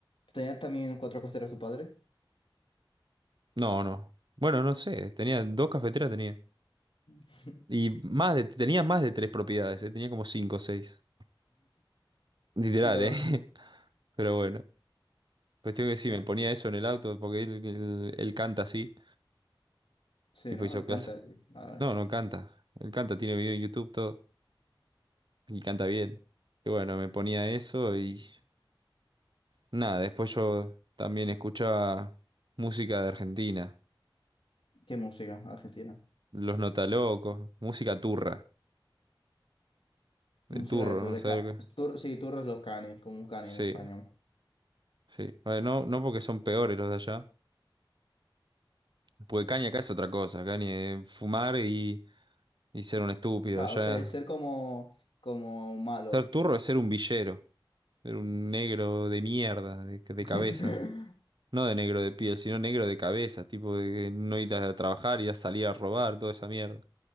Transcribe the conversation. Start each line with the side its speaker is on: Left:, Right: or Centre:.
Left: ¿Tenía también cuatro costeros su padre?
Right: No, no. Bueno, no sé. Tenía dos cafeteras, tenía.
Left: <laughs>
Right: Y más de, tenía más de tres propiedades, ¿eh? Tenía como cinco o seis. Literal,
Left: Pero,
Right: ¿eh? <laughs> Pero bueno. cuestión que sí
Left: eh,
Right: me ponía eso en el auto porque él, él- él canta así.
Left: sí,
Right: Tipo
Left: ¿no?
Right: hizo
Left: Él
Right: clase.
Left: canta. sí. Vale.
Right: No, no canta. Él canta, tiene video en YouTube, todo. Y canta bien. Y bueno, me ponía eso y nada, después yo también escuchaba música de Argentina.
Left: ¿Qué música argentina?
Right: Los Notalocos, música turra, de
Left: Música
Right: turro,
Left: de tour,
Right: no
Left: de
Right: sé
Left: ca
Right: lo que.
Left: tour sí, Turros los Canes, como un cani
Right: Sí,
Left: en español.
Right: sí. Bueno, no, no porque son peores los de allá. Porque Caña acá es otra cosa. Caña es fumar y, y ser un estúpido.
Left: Claro,
Right: Allá
Left: ser, ser como, como malo.
Right: ser turro es ser un villero. Era un negro de mierda, de, de
Left: <laughs>
Right: cabeza. No de negro de piel, sino negro de cabeza, tipo de que no ir a trabajar, ir a salir a robar, toda esa mierda.